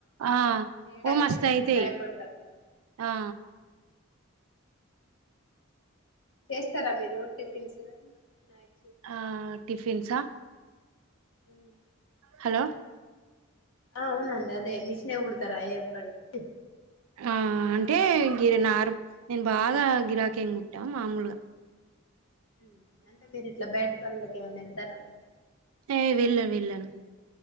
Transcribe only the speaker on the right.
ఆ
ఓ మస్త్
అయితాయి
ఆ
ఆ టిఫిన్స్ ఆ
హలో
ఆ అంటే గిరి నారు నేను బాగా గిరాకీ ఏం గుట్టా మామూలుగా
ఏ వెళ్ళను వెళ్ళను